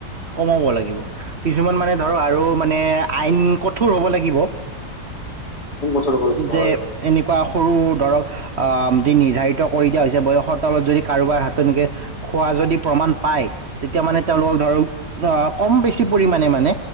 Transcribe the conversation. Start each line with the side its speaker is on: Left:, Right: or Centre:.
Right: কমাব লাগিব কিছুমান মানে। আৰু মানে আইন কঠোৰ হ'ব লাগিব।
Left: বছৰ হ'ব লাগিব
Right: যে
Left: হয়।
Right: এনেকুৱা সৰু দৰক, অ নিৰ্ধাৰিত কৰি দিয়া হৈছে বয়সৰ তলত যদি কাৰোবাৰ হাতত একে খোৱা যদি প্ৰমাণ পায়। তেতিয়া মানে তেওঁলোকক ধৰক। অঁ, কম বেছি পৰিমাণে মানে